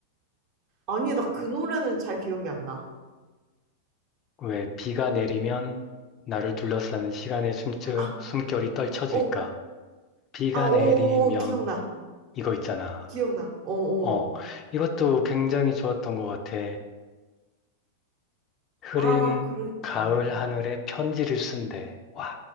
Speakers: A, on the right; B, on the left.
A: 아니, 나 그 노래는 잘 기억이 안 나.
B: 왜 비가 내리면 나를 둘러싸는 시간의 숨결,
A: 아,
B: 숨결이 떨쳐질까?
A: 어,
B: 비가
A: 아, 오,
B: 내리면
A: 오, 기억나.
B: 이거 있잖아.
A: 기억나. 어, 어.
B: 어, 이것도 굉장히 좋았던 것 같아. 흐린
A: 아, 그러니까.
B: 가을 하늘에 편지를 쓴대. 와,